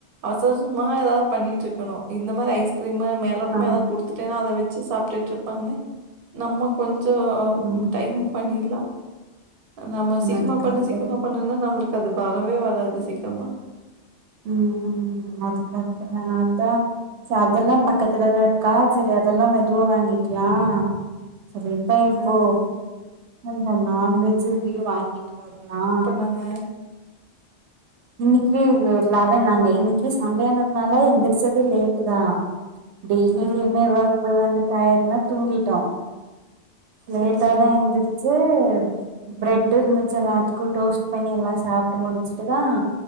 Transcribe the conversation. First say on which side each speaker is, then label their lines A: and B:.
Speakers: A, on the right (about 55°); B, on the right (about 85°).
A: அஸ் சோசிமா ஏதாவது பண்ணிட்ருக்கணு இந்த மாரி ஐஸ் கிரீமு மேலோட்டமா
B: ஆ
A: ஏதா குடுத்துட் டேனா அத வச்சு சாப்ட்டுட்ருப்பாங்க நம்ம கொஞ்சோ
B: ம்
A: டைமுக்கு பண்ணிர்லா அ நம்ம
B: ம்
A: சீக்கிரமா
B: அதுக்கடுத்தது
A: பண்ணு சீக்கிரமா பண்ணுனா நம்மளுக்கு அது வரவே வராது சீக்கிரமா
B: ம்ம் அதுக்கப்றோ தா அதா ச அதெல்லா பக்கத்துலதா இருக்கா சரி அதெல்லா மெதுவா வாங்கிக்கலா சரி இதா இப்போ
A: சரி, சரி.
B: இந்த நான்வெஜ்ஜு இதே வாங்கிட்டு வர்லா
A: அங்க
B: இன்னைக்கு லெவன் நாங்க இன்னைக்கு சண்டேனதுனால எந்துருச்சது லேட்டு் தா டெய்லியுமே
A: ஆ.
B: ஒர்க் போய் வந்து டயடுனா தூங்கிட்டோ லேட்டா
A: சரி, சரி.
B: தான் எந்ரு ச்சு பிரெட் இருந்துச்சு எல்லாத்துக்கு டோஸ்ட் பண்ணி எல்லா சாப்ட்டு முடிச்சுட்டு தா